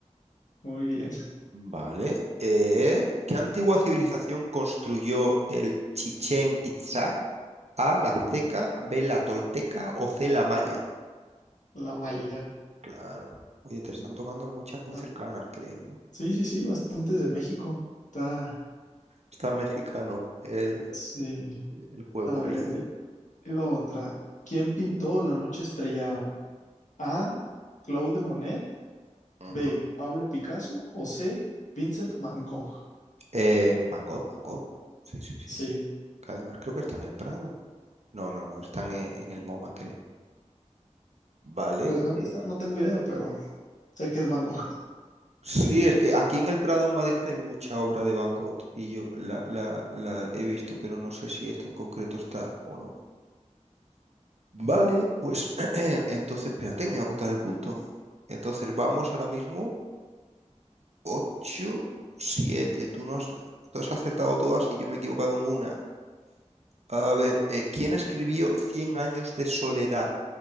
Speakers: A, on the left (about 80°); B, on the right (about 60°).
A: Muy bien,
B: Vale. Eh, ¿qué antigua civilización construyó el Chichén Itzá? A, la azteca, B, la tolteca o C, la maya.
A: la malla.
B: Claro. Oye, te están tocando muchas muy
A: Ah,
B: cercanas, creo, ¿no?
A: sí, sí, sí, bastantes de México. Está,
B: Está mexicano el,
A: sí.
B: el juego.
A: A ver,
B: oye.
A: ahí ahí va otra. ¿Quién pintó La noche estrellada? A. Claude Monet.
B: Ujú.
A: B. Pablo Picasso. O C. Vincent Van Gogh.
B: Eh, Van Gogh, Van Gogh. Sí, sí, sí.
A: Sí.
B: Que además creo que está en el Prado. No, no, no, están en, eh, en el MoMA, creo. Vale.
A: Pues, ¿de dónde
B: eh,
A: está? No tengo idea, pero sé que es Van Gogh.
B: sí, es que aquí en el Prado, en Madrid, hay mucha obra de Van Gogh y yo la, la, la he visto, pero no sé si esta en concreto está o no. Vale, pues <clears throat> entonces, espérate, que me voy a apuntar el punto. Entonces, vamos ahora mismo Ocho 7. Tú, no has, tú has acertado todas y yo me he equivocado en una. A ver, eh, ¿quién escribió Cien años de soledad?